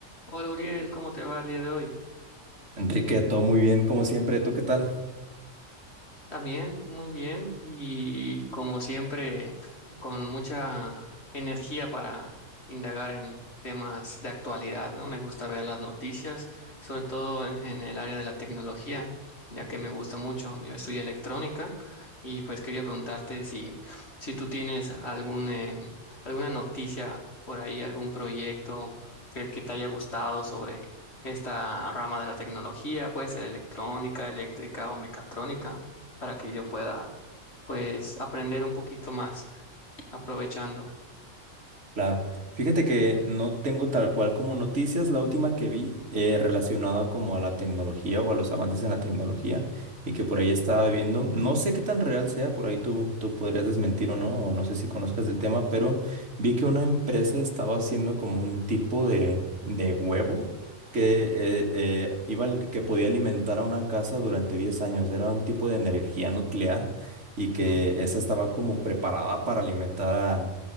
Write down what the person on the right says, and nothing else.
Enrique, todo muy bien, como siempre. ¿Tú qué tal?
Claro. Fíjate que no tengo tal cual como noticias. La última que vi eh, relacionada como a la tecnología o a los avances en la tecnología y que por ahí estaba viendo, no sé qué tan real sea, por ahí tú, tú podrías desmentir o no, o no sé si conozcas del tema, pero vi que una empresa estaba haciendo como un tipo de, de huevo que, eh, eh, iba, al- que podía alimentar a una casa durante 10 años. Era un tipo de energía nuclear y
que esa estaba como preparada para alimentar